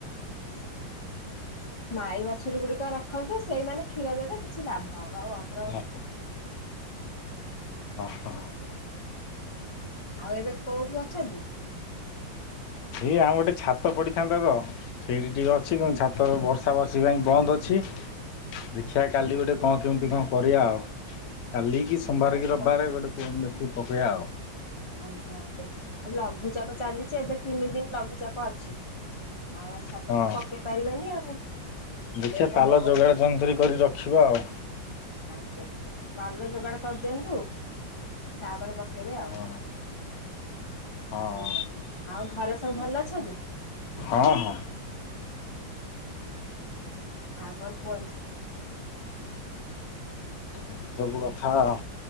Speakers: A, on the left (about 25°); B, on the left (about 65°).
A: <unintelligible> ମାଇ ବାଛୁରୀ ଗୁଡିକ ରଖନ୍ତୁ ସେଇମାନେ କ୍ଷୀର ଦେବେ କିଛି ଲାଭ ହବ ଆଉ ଅ
B: ହଁ ହଁ।
A: ଆଉ ଏବେ କୋଉଠି ଅଛନ୍ତି?
B: ସେଇ ଆମ ଗୋଟେ ଛାତ ପଡିଥାନ୍ତା ତ ସେଇଠି ଟିକେ ଅଛି
A: ଆଜ୍ଞା
B: କି ଛାତ ବର୍ଷ ବଷା ବର୍ଷି ପାଇଁ ବନ୍ଦ ଅଛି ଦେଖିବା
A: ଆଜ୍ଞା।
B: କାଲି ଗୋଟେ କଣ କେମିତି କଣ କରିବା ଆଉ କାଲିକି ସୋମବାର
A: ହଁ ଏଇ
B: କି ରବିବାରେ
A: ପ
B: ଗୋଟେ ମେଥିିକ ପକେଇବା ଆଉ।
A: ଆଜ୍ଞା ଆଜ୍ଞା ଆଉ ଲଘୁଚାପ ଚାଲିଛି ଏବେ ତିନି ଦିନ ଲଘୁଚାପ ଅଛି ଆଉ ଛାତ
B: ହଁ
A: ତ ପକେଇ ପାରିବାନି ଆଉ।
B: ଦେଖିବା
A: ଲେଟ୍
B: ପାଲ
A: ହବ ବୋଧେ।
B: ଯୋଗାଡ଼ ଯନ୍ତ୍ରୀ କରି ରଖିବା ଆଉ।
A: ଆଜ୍ଞା ପାଲ ଯୋଗାଡ କରିଦିଅନ୍ତୁ। ତାପରେ ପକେଇବେ ଆଉ।
B: ହଁ ହଁ।
A: ଆଉ ଘରେ ସବୁ ଭଲ ଅଛନ୍ତି?
B: ହଁ ହଁ।
A: ଆଉ କଣ କୁହନ୍ତୁ।
B: ଏ ସବୁ କଥା ଆଉ,